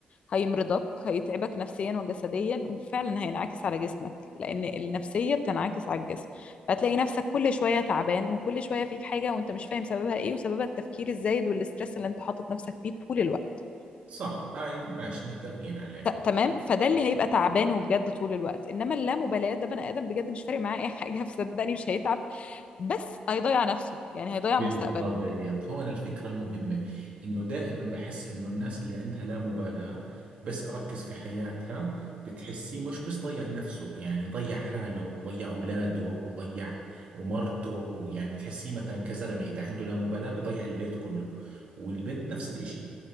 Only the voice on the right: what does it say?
صح هاي ماشي متفقين عليها
بالضبط
هون الفكرة المهمة إنه دائما بحس إنه الناس اللي عندها لا مبالاة بس أركز في حياتها بتحسيه مش بس ضيع نفسه يعني ضيع حاله وضيع أولاده وضيع ومرته ويعني بتحسيه مثلا كزلمة إذا عنده لا مبالاة بضيع البيت كله والبنت نفس الإشي